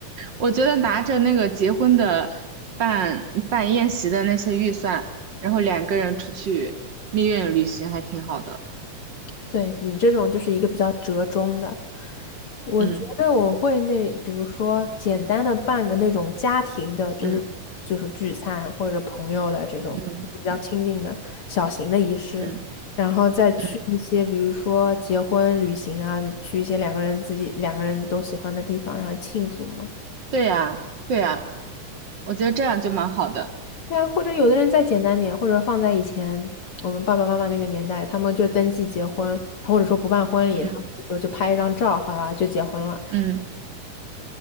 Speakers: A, on the right; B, on the left.
A: 我觉得拿着那个结婚的办办宴席的那些预算，然后两个人出去蜜月旅行还挺好的。
B: 对你这种就是一个比较折中的。我觉得我会那，
A: 嗯
B: 比如说简单的办个那种家庭的，就是就是聚餐或者朋友的这种比较亲近的小型的仪式，
A: 嗯。嗯嗯
B: 然后再去一些比如说结婚旅行啊，
A: 嗯，
B: 去一些两个人自己两个人都喜欢的地方，然后庆祝嘛。
A: 对呀，对呀，我觉得这样就蛮好的。
B: 对啊，或者有的人再简单点，或者放在以前我们爸爸妈妈那个年代，他们就登记结婚，或者说不办婚礼，
A: 嗯
B: 他们那时候就拍一张照，好啦，就结婚了。
A: 嗯